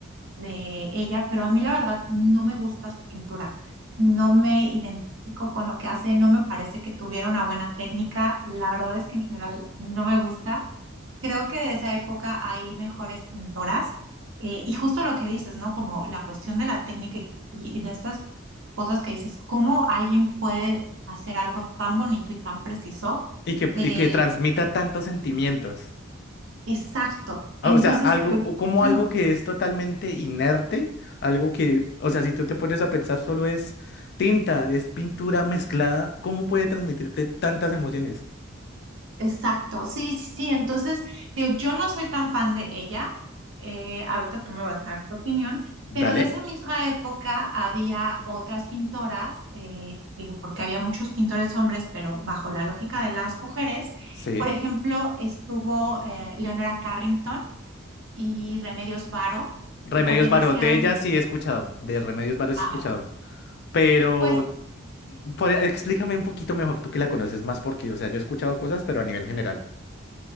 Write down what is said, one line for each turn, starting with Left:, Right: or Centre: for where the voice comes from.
Right: de ella, pero a mí la verdad no me gusta su pintura, no me identifico con lo que hace, no me parece que tuviera una buena técnica, la verdad es que en general no me gusta. Creo que de esa época hay mejores pintoras eh, y justo lo que dices, ¿no? Como la cuestión de la técnica y, y de estas cosas que dices, ¿cómo alguien puede hacer algo tan bonito y tan preciso?
Left: Y que,
Right: Eh,
Left: y que transmita tantos sentimientos.
Right: exacto. Entonces,
Left: Ah, O sea, algo,
Right: te-
Left: o como
Right: yo
Left: algo
Right: no.
Left: que es totalmente inerte, algo que, o sea, si tú te pones a pensar, solo es tinta, es pintura mezclada, ¿cómo puede transmitirte tantas emociones?
Right: Exacto, sí, sí, sí. Entonces, digo, yo no soy tan fan de ella. eh, ahorita tú me vas a dar tu opinión, pero
Left: Dale,
Right: de esa misma época había otras pintoras, eh, digo, porque había muchos pintores hombres, pero bajo la lógica de las mujeres.
Left: sí.
Right: Por ejemplo, estuvo eh, Leonora Carrington y Remedios Varo,
Left: Remedios
Right: que también
Left: Varo,
Right: hacían,
Left: de ella sí he escuchado, de Remedios Varo sí
Right: ah,
Left: he escuchado, pero
Right: pues.
Left: por- explícame un poquito mejor, tú que la conoces más, porque, o sea, yo he escuchado cosas, pero a nivel general,